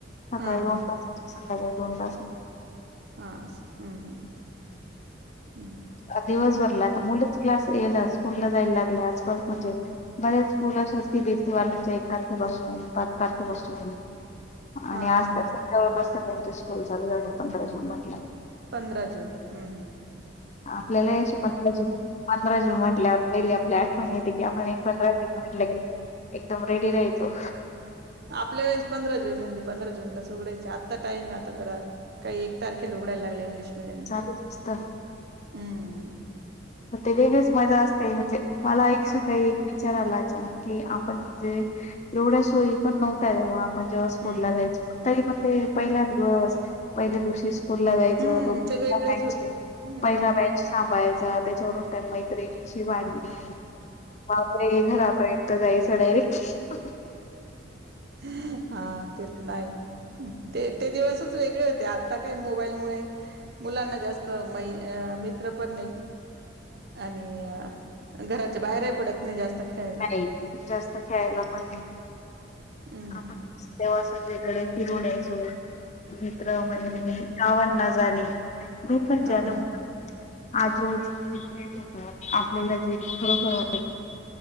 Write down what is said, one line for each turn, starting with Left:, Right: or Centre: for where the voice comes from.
Left: सकाळी
Right: हा हा
Left: दोन तास संध्याकाळी दोन तास
Right: हा हम्म हम्म हम्म
Left: दिवस भरला मुलंच क्लास येला स्कूल ला जायला लागले आजपास म्हणजे बऱ्याच स्कूल स सीबीएसी वाल्याच एक तारखेपसून पाच तारखेपसून आणि
Right: हा
Left: आज
Right: हा
Left: ता
Right: हा
Left: बस सगळ्यांचे स्कूल चालू झाले पंधरा जून म्हटलं
Right: पंधरा जून हम्म हम्
Left: आपल्याल अशी पंधरा जून म्हंटल्यावर पहिली फ्लॅट येते की आपण एकत्र म्हटलं की एकदम रेडी रायचो
Right: आपल्या वेळेस पंधरा जून म्हणजे, पंधरा जूनला उगडायचे आ आता टाईम आता जरा काही एक तारखे ल उघडायला लागला इंग्लिश मिीडियमच्या.
Left: चालू असतं
Right: हम
Left: म्हण ते वेगळीच मजा असते, म्हणजे मला एकश काही एक विचाराला अचानक, की आपण म्हणजे एवढ्या सोयी पण नव्हत तेव. मजे स्
Right: हम्म
Left: फोटला
Right: हम्म
Left: जायच तरी. म्ह पहिला दिवस पहिल्या दिवशी. तुरला जायचं
Right: हम्म
Left: तो पहिॅच
Right: ते वेगळेच होते हम्म
Left: पहिला बॅच सांभायचा. स <unintelligible> त्याच्यावरून त्या मैत्रिणीशी भांडली. बापरे घरापय. जाईचड र <unintelligible>
Right: हा ते पण आहे. ते ते दिवसच वेगळे होते आता काय मोबाईल मुळे. मुलांना जास्त म मित्र पण नाही, आणि घराच्या बाहेरही पडत नाही जास्त. खेळायला
Left: नाही जास्त खेळायला पण.
Right: हम्म हम्म
Left: आपण तेव. सगळीकडे फिरवण्याचो. मित्र मैत्रिणी
Right: हम्म
Left: गावात. ना जानि. बी पण जदा
Right: हा हा
Left: म. आजबाजू जे प्रेम होतात आपल्याला जे खरोखर वाट